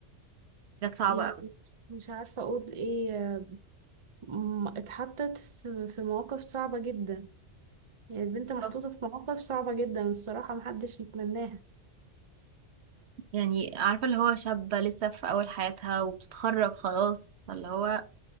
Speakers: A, on the right; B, on the right.
A: كانت صعبه
B: يعني
A: قوي
B: مش عارفة اقول ايه م- اتحطت في في مواقف صعبة جدا يعني البنت محطوطة
A: طب
B: في مواقف صعبة جدا الصراحة محدش يتمناها
A: يعني عارفه اللي هو شابه لسه في اول حياتها وبتتخرج خلاص فاللي هو